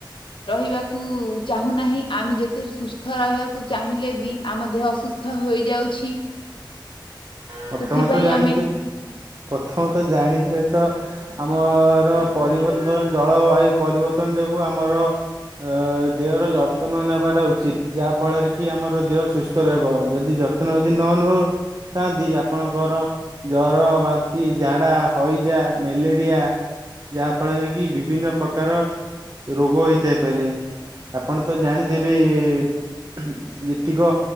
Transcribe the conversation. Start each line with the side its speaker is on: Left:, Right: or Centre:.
Left: ରହିବାକୁ ଚାହୁଁନାହିଁ ଆମେ ଯେତେ ସୁସ୍ଥ ରହିବାକୁ ଚାହିଁଲେ ବି ଆମ ଦେହ ଅସୁସ ସ୍ତ ହୋଇଯାଉଛି।
Right: ପଥମେ
Left: ସେଥିପାଇଁ
Right: ତ ଜାଣିଥିବ
Left: ଆମେ
Right: ପଥମେ ତ ଜାଣିଥିବେ ତ ଆମର ପରିବର୍ତନ ଜଳବାୟୁ ପରିବର୍ତ୍ତନ ଯୋଗୁ ଆମର ଅ ଦେହର ଯତ୍ନ ନେବାଟା ଉଚିତ ଯାହା ଫଳରେ କି ଆମର ଦେହ ସୁସ୍ ସ୍ତ ରଇବ ଯଦି ଯତ୍ନ ଯଦି ନ ନଉ ଥାନ୍ତି ଆପଣଙ୍କର ଜର, ବାନ୍ତି, ଝାଡା, ହଇଜା, ମେଲେରିଆ ଯାହା ଫଳରେ କି ବିଭିନ୍ନ ପ୍ରକାର ରୋଗ ହେଇଥାଇପାରେ। ଆପଣ ତ ଜାଣିଥବେ ଏ ଯେତିକ